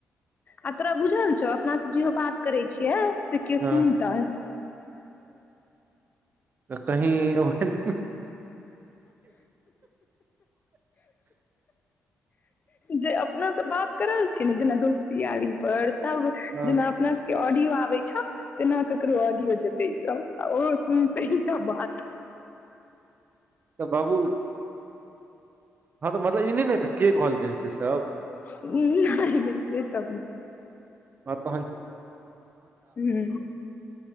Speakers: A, on the left (about 40°); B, on the right (about 45°).
A: आ तोरा बुझल छौ अपना सब जेहो बात करेै छियै से कियो
B: हँ
A: सुनतेै?
B: तऽ कही ओ-ह-ह-ह-ह
A: जे अपनासँ बात करल छीयै न जेना दोस्त यारी पर सब
B: हँ
A: जेना अपना स के ऑडियो आबे छो, तेना केकरो ऑडियो जेते ई सब, आ ओ सुनते ई सब बात
B: तऽ बाबूल हँ तऽ मतलब, ई नहि ने एतै, के कहलकै। सब
A: हाँ, नहि -नहि से सब ने।
B: हँ तहन ठिक छी।
A: हु,